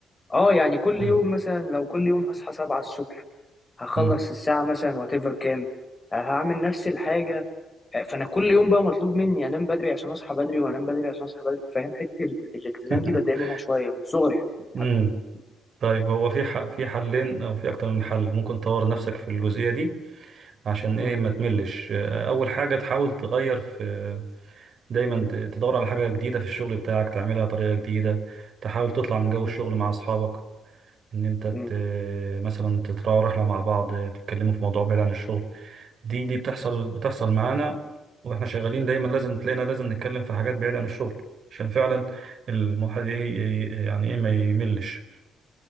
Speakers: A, on the left (about 25°); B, on the right (about 55°).
A: اه يعني كل
B: مم.
A: يوم مثلا لو كل يوم هصحى 7 الصبح هخلص
B: مم.
A: الساعه مثلا واتيفر كام هعمل نفس الحاجة فانا كل يوم بقى مطلوب مني انام بدري عشان اصحى بدري وانام بدري عشان اصحى بدري فاهم حته ال- الالتزام
B: <laughs>
A: دي بتضايق منها شويه من صغري حتى
B: امم طيب هو في ح... في حلين او في اكتر من حل ممكن تطور نفسك في الجزئيه دي عشان
A: مم.
B: ايه ما تملش آه، اول حاجه تحاول تغير في دايما ت- تدور على حاجه جديده في الشغل بتاعك تعملها بطريقه جديده تحاول تطلع من جو الشغل
A: مم.
B: مع اصحابك ان انت ت...
A: مم.
B: مثلا تطلعوا رحله مع بعض تتكلموا في موضوع بعيد عن الشغل دي دي بتحصل بتحصل معانا واحنا شغالين دايما لازم تلاقينا لازم نتكلم في حاجات بعيده عن الشغل عشان فعلا الواحد ي- ي- يعني ايه ما يملش